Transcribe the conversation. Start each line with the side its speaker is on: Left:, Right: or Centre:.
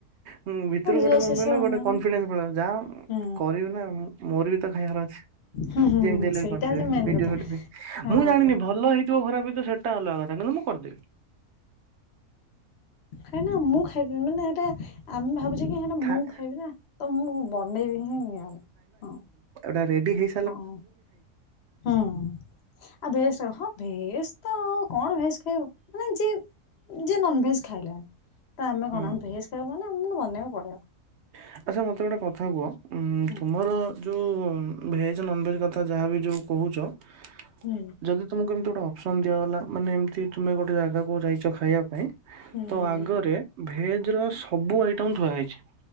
Right: ହୁଁ ଭିତରୁ ଗୋଟେ
Left: ଜୋସ୍
Right: କଣ
Left: ଆସିବ
Right: କହିଲେ
Left: ବନେଇବାକୁ
Right: ଗୋଟେ କନଫିଡେନ୍ସ ପଳ ଯା
Left: ହୁଁ
Right: କରିବି ନା ମୋର ବି ତ ଖାଇବାର ଅଛି।
Left: ହୁଁ ହୁଁ
Right: ଯେମିତି ହେଲେ
Left: ସେଇଟା
Right: ବି କରିଦେବେ
Left: ହଉଛି ମେନ୍
Right: ଭିଡିଓ
Left: କଥା
Right: <unintelligible>
Left: ହଁ
Right: <unintelligible> ମୁଁ ଜାଣିନି ଭଲ ହେଇଥିବ ଖରାପ ହେଇଥ ସେଟା ଅଲଗ କଥା କିନ୍ତୁ ମୁଁ କରିଦେବି।
Left: ଖାଇନା ମୁଁ ଖାଇବିନି ହେଟା ଆମେ ଭାବୁଛେ କି ହେ ମୁଁ
Right: ଥା-
Left: ଖାଇବି ନା ତ ମୁଁ ବନେଇବି ହିଁ ହଁ
Right: ଟା ରେଡି ହେଇ
Left: ହଁ ହୁଁ ଆ ବେଶ ହଁ ବେଶ ତ କଣ ଭେଜ ଖାଇବ ମାନେ ଯିଏ ଯି ନନ ଭେଜ ଖାଇଲା ତ ଆମେ
Right: ହୁଁ
Left: କଣ ଭେଜ୍ ଖାଇବା ମାନେମକୁ ବନେଇକୁ ପଡିବ।
Right: ହ ଆଚ୍ଛା ମୋତେ ଗୋଟେ କଥା କୁହ
Left: ହୁଁ
Right: ତୁମର ଯେଉଁ ଭେଜ୍ ନନଭେଜ୍ କଥା ଯାହାବି ଯେଉଁ କହୁଛ। <inaudible>
Left: ନେନା।
Right: ଯଦି ତୁମକୁ ଏମିତି ଗୋଟେ ଅପ୍ସନ୍ ଦିଆଗଲା ମାନେ ଏମିତି ତୁମେ ଗୋଟେ ଜାଗାକୁ ଯାଇଛ ଖାଇବା ପାଇଁ
Left: ହୁଁ
Right: ତ ଆଗରେ ଭେଜ ର ସବୁ ଆଇଟମ ଥୁଆ ହେଇଛି।